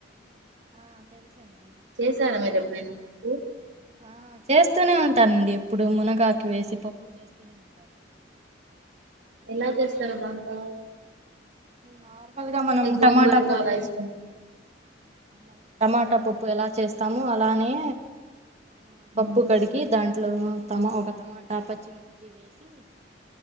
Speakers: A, on the right; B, on the right.
A: ఆ తెలుసండి
B: చేసారా మీరు ఎప్పుడైనా పప్పు
A: ఆ చేస్తూనే ఉంటానండి ఎప్పుడు మునగాకు వేసి పప్పు చేస్తూనే ఉంటాను
B: ఎలా చేస్తారు దాంతో
A: నార్మల్ గా మనం
B: అంటే గోంగూరలో
A: టమాటా పప్పు
B: అలా వేసుకుంట
A: ఆ టమాటా పప్పు ఎలా చేస్తామొ అలానే ఆ పప్పు
B: ఉమ్
A: కడికి దాంట్లో తమా ఒక టమాటా పచ్చిమిర్చి వేసి